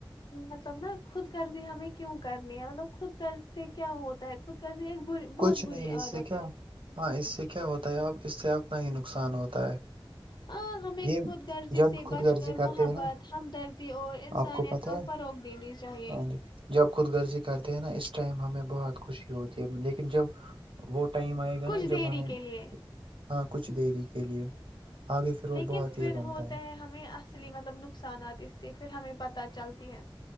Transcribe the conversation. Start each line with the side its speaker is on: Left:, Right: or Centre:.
Left: مطلب نا خود کررضی ہمیں کیوں کرنی ہے مطلب خود قرض سے کیا ہوتا ہے خود کررضی ایک بری
Right: کچھ
Left: بہت
Right: نہیں
Left: بری
Right: اس
Left: عادت
Right: سے کیا
Left: ہے
Right: ہاں اس سے کیا ہوتا ہے اپ اس سے اپنا ہی نقصان ہوتا ہے
Left: ہاں ہمیں
Right: یہ
Left: خود غرضی
Right: جب
Left: سے
Right: خود
Left: بچ
Right: گغرضی
Left: کر
Right: کرتے
Left: محبت
Right: ہیں نا
Left: ہمدردی اور انسانیت
Right: آپ کو پت
Left: کا
Right: ہے
Left: فروغ دینی چاہیے
Right: ہاں جی جب خود گرضی کرتے ہیں نا اس ٹائم ہمیں بہت خوشی ہوتی <unintelligible> لیکن جب وہ ٹائم آئے گا
Left: کچھ
Right: نا جب
Left: دیری
Right: ہمیں
Left: کے لیے
Right: ہاں کچھ دری کے لیے آگے پھر وہ
Left: لیکن
Right: بہت
Left: پھر
Right: یہ بنتا
Left: ہوتا ہے ہمیں اصلی مطلب نقصانات اس سے پھر ہمیں پتہ چلتی ہے